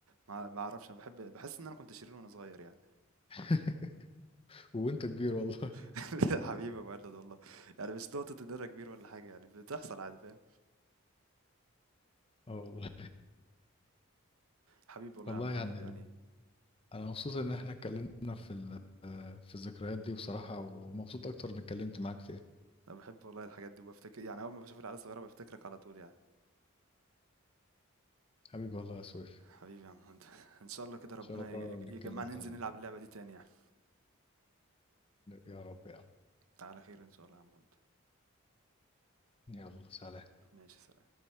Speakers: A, on the right; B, on the left.
A: ما ما اعرفش أنا بحب بحس ان انا كنت شرير وانا صغير يعني
B: <laughs> وانت كبير والله <laughs>
A: <laughs> حبيبي يا مهند والله يعني مش نقطة ان انا كبير ولا حاجة يعني بتحصل عادي فاهم
B: اه والله
A: حبيبي والله
B: والله
A: يا عم مهند
B: يعني
A: يعني
B: انا مبسوط ان احنا اتكلمنا في ال... في الذكريات دي بصراحة ومبسوط اكتر ان اتكلمت معاك فيها
A: انا بحب والله الحاجات دي وبفتكر يعني اول ما بشوف العيال الصغيرة بفتكرك على طول يعني
B: حبيبي والله يا سويف
A: حبيبي يا عم مهند <laughs> ان شاء الله كده ربنا
B: ان شاء الله
A: يج- يج-
B: نتكلم
A: يجمعنا
B: تاني
A: ننزل نلعب اللعبة دي تاني يعني
B: يا رب يا عم
A: على خير ان شاء الله يا عم مهند
B: يلا سلام
A: ماشي سلام